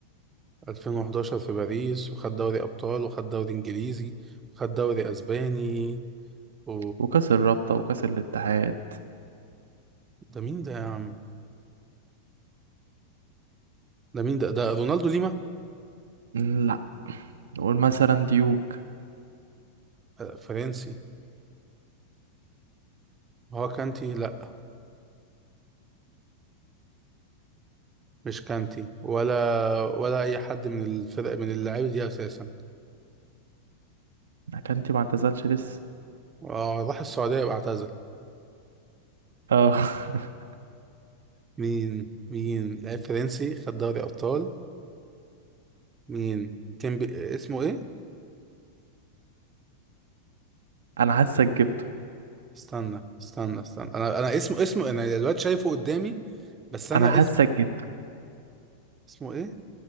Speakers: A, on the right; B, on the right.
A: 2011 في باريس وخد دوري ابطال وخد دوري انجليزي وخد دوري اسباني و
B: وكاس الرابطة وكاس الاتحاد
A: ده مين ده يا عم ده مين ده ده رونالدو ليما
B: مم، لا نقول مثلا ديوك
A: آه، فرنسي هو كانتي لا مش كانتي ولا ولا اي حد من الفرق من اللعيبه دي اساسا
B: اكانتي ما اعتزلش لسه
A: آه، راح السعوديه واعتزل
B: اه <laughs>
A: مين مين لعيب فرنسي خد دوري ابطال مين كان بي... اسمه ايه
B: انا حاسك جبته
A: استنى استنى استنى انا انا اسمه اسمه انا دلوقتي شايفه قدامي بس انا
B: انا حاسك
A: اسمه
B: جبته
A: اسمه ايه,